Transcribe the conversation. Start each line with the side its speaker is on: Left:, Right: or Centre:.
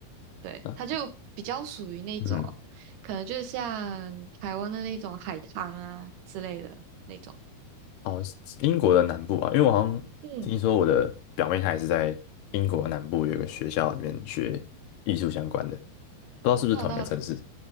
Right: 对，
Left: 啊，
Right: 它就比较属于那种，
Left: 嗯，
Right: 可能就像台湾的那种海滩啊之类的那种，
Left: 哦，英国的南部啊，因为我好像听说我的表妹她也是在英国的南部有一个学校里面学艺术相关的，
Right: 嗯，
Left: 不知道是不是同一个城市？
Right: 哇，那